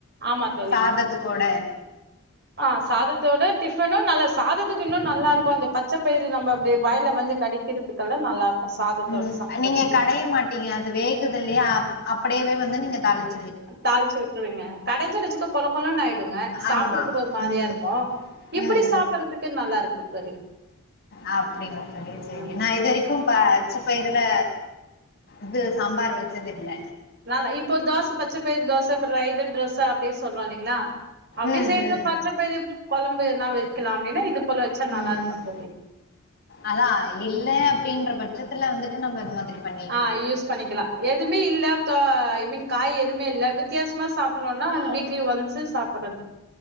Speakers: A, on the right; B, on the left.
A: ஆமா தோழி
B: சாதத்துக்தோட
A: ஆ சாதத்தோட டிஃபனும் நல்ல சாதத்துக்கு இன்னு நல்லா இருக்கும் அந்த பச்ச பயிரு நம்ம அப்டியே வாயில்ல வந்து கட கடிக்கறக்கல்லாம் நல்லா இருக்கும் சாதத்தோட
B: ம்.
A: சாப்றத்துக்கு
B: கடைய நீங்க அது வேகுது இல்லையா அப்டியே வந்து நீங்க தாளிச்ச
A: தாளிச்சி விட்டுருவேங்க கடைஞ்ச நச்சுக்க கொள கொளன்னு ஆயிடுங்க சாப்டுறதுக்கு
B: ஆமா.
A: ஒரு மாரியா
B: ம்.
A: இருக்கு இப்படி
B: ம்,
A: சாப்பறதுக்கு நல்லா இருக்கு தோழி
B: அப்டிங்களா தோழி
A: ம்
B: சரி நான் இது வரைக்கு அப்ப பச்ச பயிரல இது சாம்பார் வச்சது இல்ல
A: நல்லா இப்போ தோசை பச்ச பயர் தோச இப்பறம் <unintelligible> தோச அப்டினு சொல்றோ இல்லங்கீளா இல்லலைங்களா அப்டியே
B: ம்
A: செய்யற
B: ம்
A: பச்சை பயறு கொழம்பு என்னா வைக்கலாம்னே இது போல வச்சா
B: ம்
A: நல்லா இருக்கு தோழி
B: அதான் இல்லை அப்டின்ற பட்சத்துல வந்துட்டு நம்ம இந்த மாதிரி பண்ணிக்கலாம்
A: <unintelligible> பண்ணிக்கலா எதுவுமே இல்ல க ஐ மீன் காய் எதுவுமே இல்ல வித்தியாசமா சாப்டனோனா அந்த வீக்லி ஒன்ஸ் சாப்டுறது